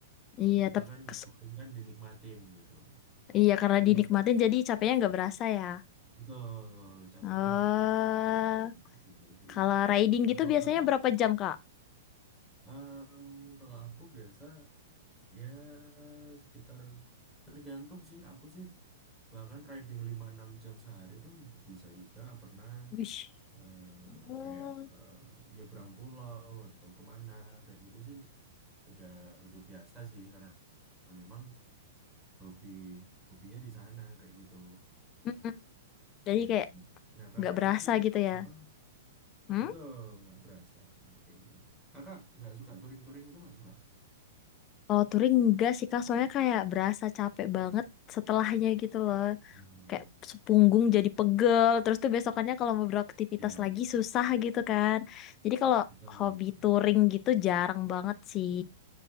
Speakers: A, in the centre; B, on the left (about 30°).
A: Kalau
B: Iya,
A: kita
B: tapi
A: kan
B: kes-
A: bukan kan dinikmatin gitu.
B: iya karena
A: Jadi
B: dinikmatin jadi capeknya nggak berasa ya.
A: betul capeknya
B: Eh,
A: nggak berasa gitu sih.
B: kalau riding
A: Nah
B: gitu
A: kalau
B: biasanya
A: kakak,
B: berapa jam Kak?
A: em, kalau aku biasa Ya, sekitar tergantung sih. Aku sih bahkan riding lima enam jam sehari pun bisa juga pernah
B: Wih.
A: eh,
B: Oh,
A: kayak eh, nyebrang pulau atau kemana kayak gitu sih. Udah udah biasa sih karena memang hobi hobinya di sana kayak gitu.
B: mm-mm. Jadi
A: Ya,
B: kayak
A: nah kakak
B: nggak berasa
A: ini
B: gitu ya.
A: apa?
B: Hmm?
A: Betul, nggak berasa kayak gitu. Kakak nggak suka touring-touring itu nggak suka?
B: Kalau touring enggak sih Kak, soalnya kayak berasa capek banget setelahnya gitu loh.
A: Hmm.
B: kayak sepunggung jadi pegel terus tuh besokannya kalau mau beraktivitas
A: <laughs> Ya.
B: lagi susah gitu kan jadi kalau
A: Betul,
B: hobi
A: betul,
B: touring
A: betul,
B: gitu
A: betul.
B: jarang banget sih